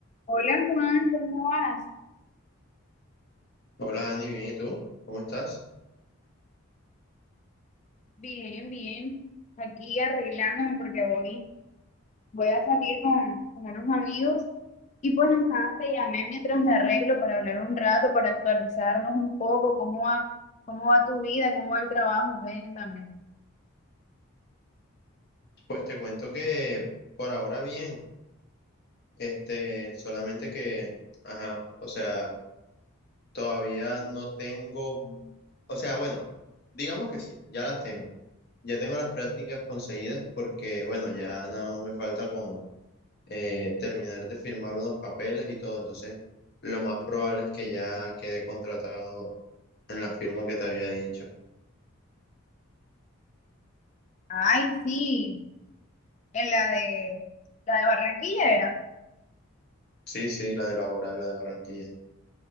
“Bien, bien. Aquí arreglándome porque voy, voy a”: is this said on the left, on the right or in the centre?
Left